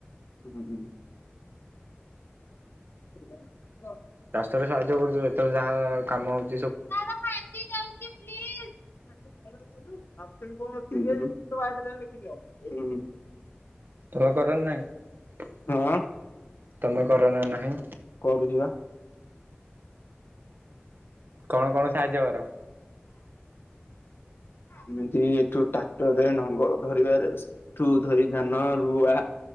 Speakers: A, on the left; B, on the right.
A: ହୁଁ ହୁ। ହଁ। <unintelligible>
B: ଚାଷରେ ସାହାଯ୍ୟ କରୁଥିବେ। ଯେତେବେଳେ ଯାହା କାମ ହଉଚି
A: <unintelligible> କିଏ କଣ ରେ ଲେଖିଦିଅ। <unintelligible>
B: ତୁମ କରର ନାହିଁ। <unintelligible>
A: ହଁ।
B: ତମେ କରନା ନାହିଁ?
A: କରୁଛି ବା।
B: କଣ କଣ ସାହାଯ୍ୟ କର?
A: ଏମିତି ଏଠୁ ଟ୍ରାକ୍ଟରରେ ନଙ୍ଗଳ ଧରିବାରେ ଏଠୁ ଧରି ଧାନ ରୁଆ